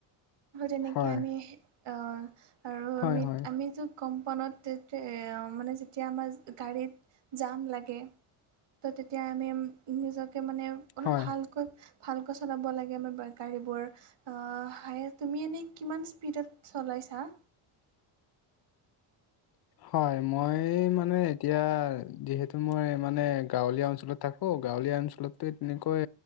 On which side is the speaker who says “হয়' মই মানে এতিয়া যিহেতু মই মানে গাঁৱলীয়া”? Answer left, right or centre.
Left